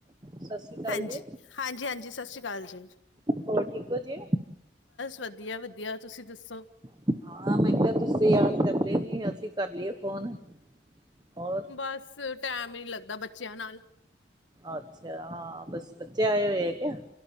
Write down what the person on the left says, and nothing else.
ਹਾਂਜੀ
ਹਾਂਜੀ ਹਾਂਜੀ, ਸਸ ਸ੍ਰੀ ਕਾਲ ਜੀ
ਵਧੀਆ ਵਧੀਆ ਤੁਸੀਂ ਦੱਸੋ
ਬਸ ਟੈਮ ਈ ਨਹੀ ਲੱਗਦਾ ਬੱਚਿਆਂ ਨਾਲ